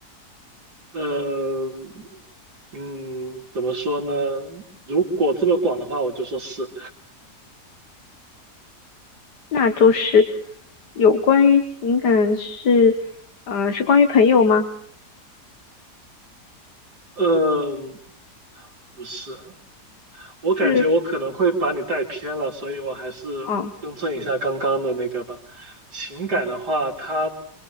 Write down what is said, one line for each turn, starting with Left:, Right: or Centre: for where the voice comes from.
Right: 呃，嗯，怎么说呢？如果这么广的话，我就说是，
Left: 那就是有关于情感是，呃，是关于朋友吗？
Right: 嗯、不是，我感觉我可能会把你带偏了，
Left: 是，
Right: 所以我还是更正一下刚刚的那个吧。
Left: 哦，
Right: 情感的话，它